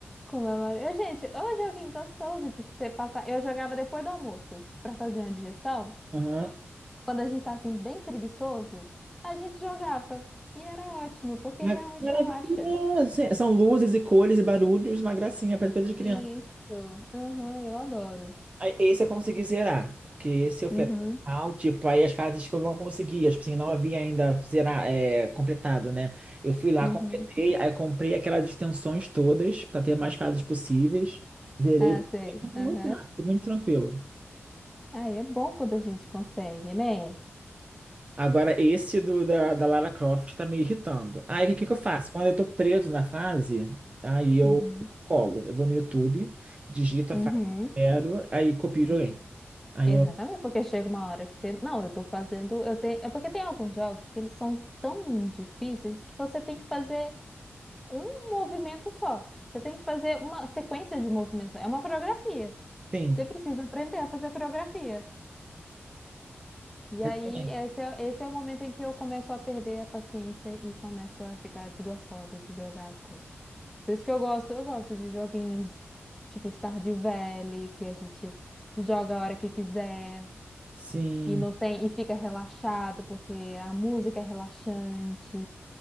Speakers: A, in the centre; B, on the right.
A: Como é Mario? Eu, gente, ô joguinho gostoso de você passar. Eu jogava depois do almoço, pra fazer a digestão.
B: Aham.
A: Quando a gente tá assim, bem preguiçoso, a gente jogava. E era ótimo, porque
B: Ah,
A: realmente
B: Maravilhosa!
A: relaxa.
B: São luzes e cores e barulhos, uma gracinha, parece coisa de criança.
A: Isso. Aham, eu adoro.
B: Aí, Esse eu consegui zerar, porque esse eu
A: Uhum,
B: fui até o final, tipo, aí as fases que eu não conseguia, tipo assim, não havia ainda zerar, é, completado, né? Eu fui lá,
A: uhum.
B: completei, aí comprei aquelas extensões todas, para ter mais fases possíveis, zerei,
A: Ah, sei.
B: mas foi
A: Aham.
B: muito rápido, muito tranquilo.
A: Ah, é bom quando a gente consegue, né?
B: Agora, esse do, da, da Lara Croft tá me irritando. Aí, o que que eu faço? Quando eu tô preso na fase, aí eu
A: Uhum,
B: colo. Eu vou no YouTube, digito
A: uhum.
B: a fase que eu quero, aí copio e joguei. Aí
A: Exatamente,
B: eu,
A: porque chega uma hora que você. Não, eu tô fazendo. Eu tenho... É porque tem alguns jogos que eles são tão difíceis que você tem que fazer um movimento só. Você tem que fazer uma sequência de movimentos. É uma coreografia.
B: sim,
A: Você precisa aprender a fazer coreografia. E
B: exatamente.
A: aí, esse é, esse é o momento em que eu começo a perder a paciência e começo a ficar desgostosa de jogar as coisas. Por isso que eu gosto, eu gosto de joguinhos tipo Stardew Valley, que a gente joga a hora que quiser.
B: Sim.
A: E não tem, e fica relaxado porque a música é relaxante.